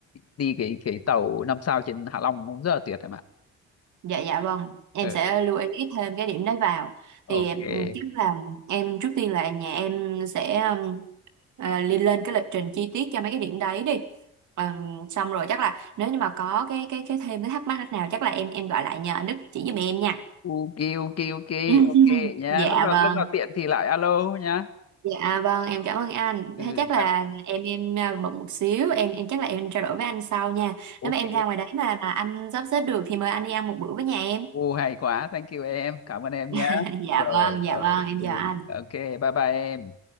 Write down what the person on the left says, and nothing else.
đi cái cái tàu năm sao trên Hạ Long cũng rất là tuyệt em ạ
ừ,
ok
ok ok ok
ok nhá
lúc nào
lúc nào tiện thì lại alo nhá
ừ
bye.
ok
u hay quá thank you em cảm ơn em nhá
rồi
rồi
ừ,
ok bye bye em